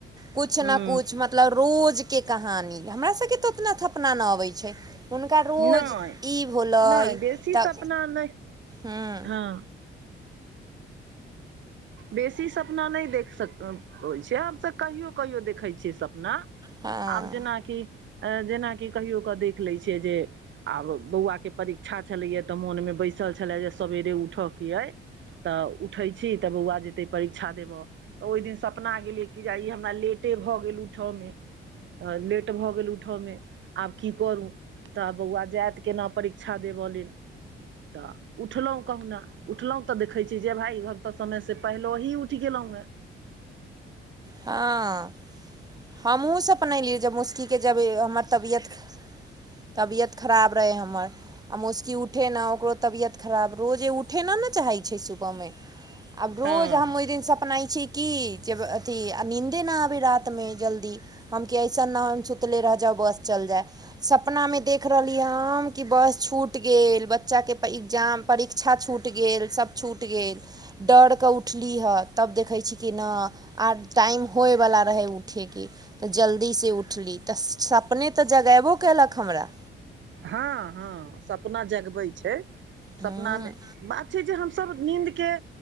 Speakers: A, on the right (about 20°); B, on the right (about 70°).
A: कुछ
B: हूँ
A: न कुछ मतलब रोज केँ कहानी हमरा सब केँ तऽ उतना थपना ना अबै छै हुनका रोज
B: नहि
A: ई भोलैय
B: नहि बेसी
A: तऽ
B: सपना नहि
A: <unintelligible>
B: हँ बेसी सपना नै देख सक होइ छै हम सभ कहियो कहियो देखै छियै सपना
A: हँ
B: आब जेनाकि ए जेनाकि कहियो कऽ देख लै छियै जे आब बौआ केँ परीक्षा छलै ए तऽ मोन में बैसल छला जे सवेरे उठे केँ अइ तऽ उठै छी तऽ बौआ जेतै परीक्षा देब तऽ ओइ दिन सपना गेलियै कि जे ई हमरा लेटे भऽ गेल उठ में तऽ लेट भऽ गेल उठ में आब की करू तऽ बौआ जैत केना परीक्षा देब लेल तऽ उठलौं कहुना उठलौं तऽ देखै छी जे भाइ भ तऽ समय से पहिलोही उठ गेलौए
A: हँ हमहूँ सपनेलयै जब मुस्की केँ जब हमर तबियत <inaudible> तबियत खराब रहै हमर आ मुस्की उठे न ओकरो तबियत खराब रोजे उठे न ने चाहै छै सुबह में आब रोज
B: हँ
A: हम ओय दिन सपनै छी कि जे ब अथी आ नीन्दे ना आबै रात में जल्दी हम कि अइसन नै है हम सुतले रह जाउ बस चल जाइ सपना में देख रहलि हम कि बस छूटि गेल बच्चा केँ एग्जाम परीक्षा छूट गेल सब छूट गेल डर कऽ उठली हऽ तब देखै छी कि ना आर टाइम होइ वला रहै उठे केँ तऽ जल्दी से उठली तऽ सपने तऽ जगेबो कयेलक हमरा
B: हँ हऽ ह सपना जगबै छै
A: हूँ
B: सपना में बात छै जे हम सभ नीन्द केँ